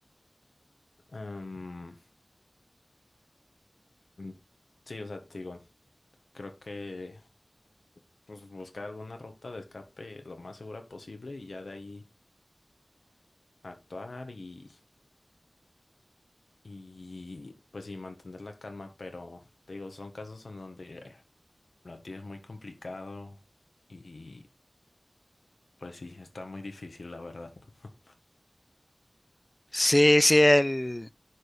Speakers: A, on the left; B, on the left.
A: em, mm, sí, o sea, te digo, creo que pues buscar alguna ruta de escape lo más segura posible y ya de ahí actuar y, y pues sí, mantener la calma. Pero te digo, son casos en donde Lo tienes muy complicado y pues sí, está muy difícil, la verdad. <laughs>
B: Sí, sí, el...